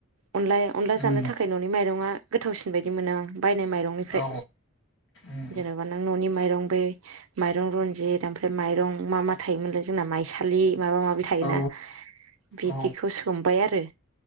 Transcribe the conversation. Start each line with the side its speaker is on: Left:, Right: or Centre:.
Right: अनला अनला
Left: उम
Right: जानो थाखाय न'नि माइरंआ गोथावसिन बायदि मोनो आं बायनाय माइरंनिफ्राय
Left: औ उम
Right: जेनेबा नों न'नि माइ माइरं बे माइरं रनजित ओमफ्राय माइरं मा मा थायोमोनलाय जोंना माइसालि माबा माबि थायोना
Left: औ
Right: बिदिखौ
Left: औ
Right: सोमबाय आरो